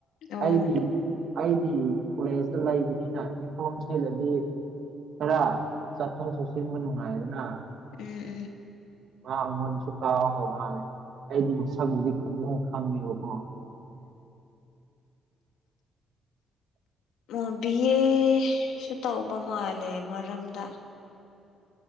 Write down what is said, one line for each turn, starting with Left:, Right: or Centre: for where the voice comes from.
Left: ꯑꯣ
Right: ꯑꯩꯗꯤ ꯑꯩꯗꯤ ꯀꯣꯂꯦꯖꯇ ꯂꯩꯕꯅꯤꯅ ꯌꯅꯤꯐꯣꯝ ꯁꯦꯜꯂꯗꯤ ꯈꯔ ꯑꯥꯎ ꯁꯆꯁꯤꯡꯕ ꯅꯨꯡꯉꯥꯏꯌꯦꯗꯅ
Left: ꯎꯝ ꯎꯝ
Right: ꯃꯥ ꯃꯟꯁꯨ ꯀꯥꯎꯈ꯭ꯔ ꯃꯥꯂꯦ ꯑꯩꯗꯤ ꯃꯁꯛꯕꯨꯗꯤꯪ ꯈꯪꯉꯦꯕꯀꯣ
Left: ꯎꯝ ꯕꯤ ꯑꯦꯁꯨ ꯇꯧꯕ ꯃꯥꯜꯂꯦ ꯃꯔꯝꯗ